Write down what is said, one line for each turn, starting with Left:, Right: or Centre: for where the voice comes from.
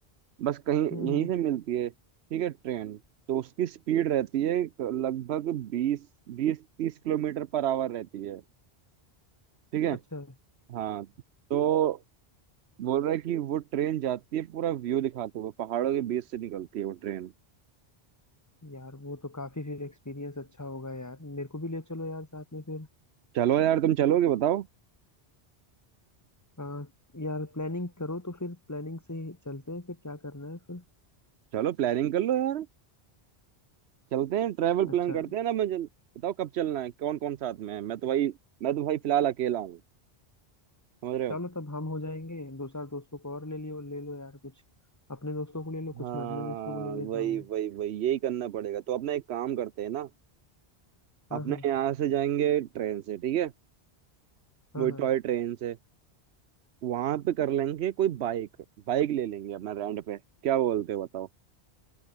Right: बस कहीं यहीं
Left: हम्म हम्म।
Right: से मिलती है ठीक है ट्रेन तो उसकी स्पीड रहती है लगभग बीस बीस तीस किलोमीटर पर आवर रहती है ठीक है
Left: अच्छा
Right: हाँ तो बोल रहा है कि वो ट्रेन जाती है पूरा व्यू दिखाते हुए पहाड़ों के बीच से निकलती है वो ट्रेन
Left: यार वो तो काफी फिर एक्सपीरियंस अच्छा होगा यार मेरे को भी ले चलो यार साथ में फिर
Right: चलो यार तुम चलोगे बताओ
Left: आ, यार प्लानिंग करो तो फिर प्लानिंग से ही चलते हैं फिर क्या करना है फिर
Right: चलो प्लानिंग कर लो यार चलते हैं ट्रैवल
Left: अच्छा
Right: प्लान करते हैं ना मैं जल... बताओ कब चलना है कौन कौन साथ में है मैं तो भाई मैं तो भाई फिलहाल अकेला हूँ समझ रहे हो
Left: चलो तब हम हो जाएंगे दो चार दोस्तों को और ले लियो ले लो यार कुछ अपने दोस्तों को ले लो
Right: हाँ
Left: कुछ मैं अपने दोस्तों को ले लेता
Right: वही
Left: हूँ
Right: वही वही यही करना पड़ेगा तो अपना एक काम करते हैं ना
Left: हाँ
Right: अपने
Left: हाँ
Right: यहाँ से जाएंगे ट्रेन से ठीक है
Left: हाँ
Right: वही
Left: हाँ
Right: टॉय ट्रेन से वहां पे कर लेंगे कोई बाइक बाइक ले लेंगे अपना रेंट पे क्या बोलते हो बताओ